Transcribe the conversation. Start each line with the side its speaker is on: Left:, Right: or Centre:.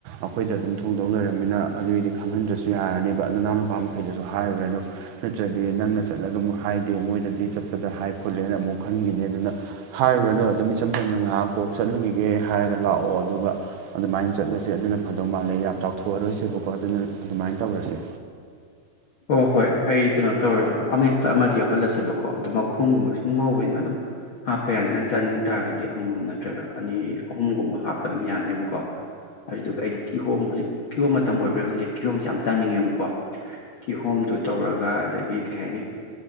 Right: ꯑꯈꯣꯏꯗ ꯑꯗꯨꯝ ꯊꯣꯡꯗꯧ ꯂꯩꯔꯃꯤꯅ ꯑꯗꯨꯏꯗꯤ ꯈꯪꯍꯟꯗ꯭ꯔꯁꯨ ꯌꯥꯔꯅꯦꯕ ꯅꯅꯥꯎ ꯅꯨꯄꯥ ꯃꯈꯩꯗꯁꯨ ꯍꯥꯏꯔꯨꯔꯅꯨ ꯅꯠꯇ꯭ꯔꯗꯤ ꯅꯪꯅ ꯆꯠꯂꯒ ꯑꯃꯨꯛ ꯍꯥꯏꯗꯦ ꯃꯣꯏꯗꯗꯤ ꯆꯠꯄꯗ ꯍꯥꯏ ꯈꯣꯠꯂꯦꯅ ꯑꯃꯨꯛ ꯈꯟꯒꯤꯅꯤ ꯑꯗꯨꯅ ꯍꯥꯏꯔꯨꯔꯅꯨ ꯑꯗꯨꯝ ꯏꯆꯝ ꯆꯝꯅ ꯉꯥꯏꯍꯥꯛ ꯀꯣꯛ ꯆꯠꯂꯨꯒꯤꯒꯦ ꯍꯥꯏꯔꯒ ꯂꯥꯛꯑꯣ ꯑꯗꯨꯒ ꯑꯗꯨꯃꯥꯏꯅ ꯆꯠꯂꯁꯦ ꯑꯗꯨꯅ ꯐꯗꯧ ꯃꯥꯜꯂꯦ ꯌꯥꯝ ꯆꯥꯎꯊꯣꯛꯑꯔꯣꯏꯁꯦꯕꯀꯣ ꯑꯗꯨꯅ ꯑꯗꯨꯃꯥꯏꯅ ꯇꯧꯔꯁꯦ
Left: ꯑꯣ ꯍꯣꯏ ꯑꯩ ꯀꯩꯅꯣ ꯇꯧꯔꯁꯦ ꯑꯃꯦꯠꯄ ꯑꯃꯗꯤ ꯌꯥꯎꯍꯜꯂꯁꯦꯕꯀꯣ ꯑꯗꯣ ꯃꯈꯣꯡꯒꯨꯝꯕꯁꯨ ꯑꯗꯨꯝ ꯉꯧꯕꯅꯤꯅ ꯑꯗꯨꯝ ꯍꯥꯞꯄ ꯌꯥꯔꯤ ꯅꯪ ꯆꯥꯅꯤꯡ ꯇꯥꯔꯗꯤ ꯑꯃꯃꯝ ꯅꯠꯇ꯭ꯔꯒ ꯑꯅꯤ ꯑꯍꯨꯝꯒꯨꯝꯕ ꯍꯥꯞꯄ ꯑꯗꯨꯝ ꯌꯥꯅꯦꯕꯀꯣ ꯑꯗꯨꯗꯨꯒ ꯑꯩꯗꯤ ꯀꯤꯍꯣꯝ ꯍꯧꯖꯤꯛ ꯀꯤꯍꯣꯝ ꯃꯇꯝ ꯑꯣꯏꯕꯩꯔꯥ ꯈꯪꯗꯦ ꯀꯤꯍꯣꯝꯁꯦ ꯌꯥꯝ ꯆꯥꯅꯤꯡꯉꯦꯕꯀꯣ ꯀꯤꯍꯣꯝꯗꯨ ꯇꯧꯔꯒ ꯑꯗꯒꯤ ꯀꯩ ꯍꯥꯏꯅꯤ